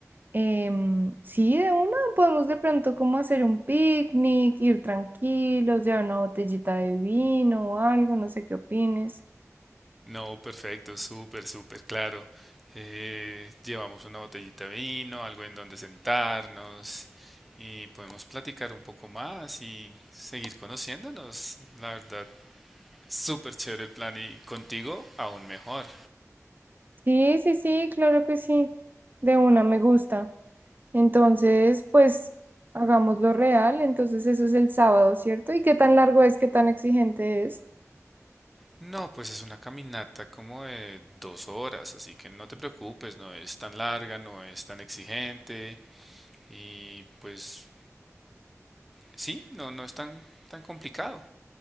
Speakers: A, on the right; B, in the centre.
A: Em, sí, de una podemos de pronto como hacer un picnic, ir tranquilos, llevar una botellita de vino o algo, no sé qué opines.
B: No, perfecto, súper, súper claro. Eh, llevamos una botellita de vino, algo en donde sentarnos y podemos platicar un poco más y seguir conociéndonos. La verdad, súper chévere el plan y contigo aún mejor.
A: Sí, sí, sí, claro que sí, de una me gusta. Entonces, pues hagámoslo real, entonces eso es el sábado, ¿cierto? ¿Y qué tan largo es, qué tan exigente es?
B: No, pues es una caminata como de dos horas, así que no te preocupes, no es tan larga, no es tan exigente y pues sí, no, no es tan, tan complicado.